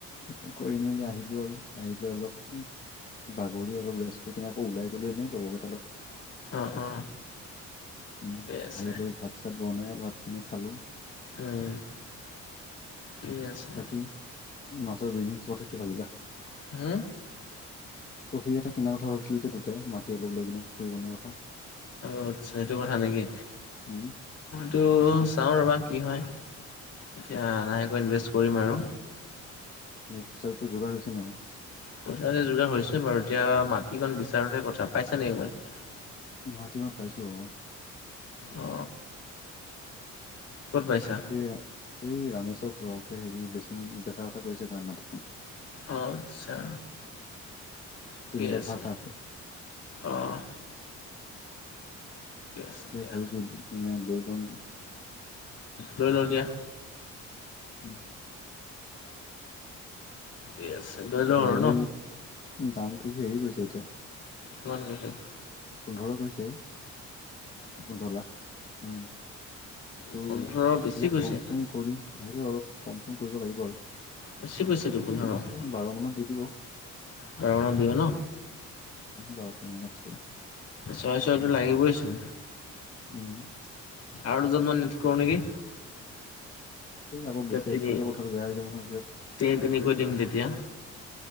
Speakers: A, on the left (about 30°); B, on the left (about 55°).
A: তাকে কৰি মেলি আহিলো আৰু আহিলো অলপ উ বাগৰি অলপ ৰেচকাই কিনে আকৌ ওলাই গলো এনে লগ
B: অ অ
A: <unintelligible>
B: ঠিকে আছে
A: তাছত বনাই ভাত পানী খালো
B: উম ঠিকে আছে
A: বাকী মাছৰ বিজনেছ কথা কি ভাবিলা পুখুৰী
B: হম
A: এটা কিনাৰ কথা ভাবিছিলো এতিয়া ততে মাটি অলপ লৈ কিনে পুখুৰী বনোৱাৰ কথা
B: আচছা সেইটো কথা নেকি
A: উম
B: টো চাওঁ ৰ'বা কি হয় এতিয়া লাহেকৈ ইনভেষ্ট কৰিম আৰু
A: এই পইচাটো যোগাৰ হৈছে নাই
B: পইচা যোগাৰ হৈ হৈছে বাৰু এতিয়া মাটিকণ বিচাৰোহে কথা পাইছা নেকি <unintelligible>
A: গুৱাহাটী মই পাইছো হব
B: অ ক'ত পাইছা
A: এয়া এই ৰামেশ্বৰ খুড়াকে হেৰি বেছিম বেচা কথা কৈছে তাৰ মাটিখন
B: অ আচ্ছা ঠিকে
A: তিনি কথা
B: আছে
A: এটা
B: অঁহ আছে
A: এতিয়া
B: দিয়া
A: ভাৱিছোঁ মানে জৰিত নেকি
B: লৈ লওঁ দিয়া
A: উম
B: থিকেই আছে লৈ লওঁ
A: হেৰি
B: আৰু ন
A: দামটো যে হেৰি কৈছে এতিয়া
B: কিমান কৈছে
A: পোন্ধৰ কৈছে পোন্ধৰ লাখ উম তো
B: পোন্ধৰ বেছি
A: অলপ
B: কৈছে
A: কম চম কৰি তথাপিও অলপ কম চম কৰিব লাগিব আৰু
B: বেছি কৈছে দেখোন
A: দি দিব
B: অহ পোন্ধৰ
A: চাগে বাৰ মানত দি দিব উম
B: বাৰ মানত দিব ন
A: বাৰটা‌ তেৰ মানত চাগে
B: ছয় ছয়টো লাগিবই চোন
A: উম
B: আৰু দুজন‌ মান এড কৰো নেকি।
A: এই আকৈ
B: তেতিয়া
A: বেছি
B: তিনি
A: এড কৰিলে কথাটো বেয়া হৈ হৈছে যাব নহয় পিছত
B: তিনি তিনিকৈ দিম তেতিয়া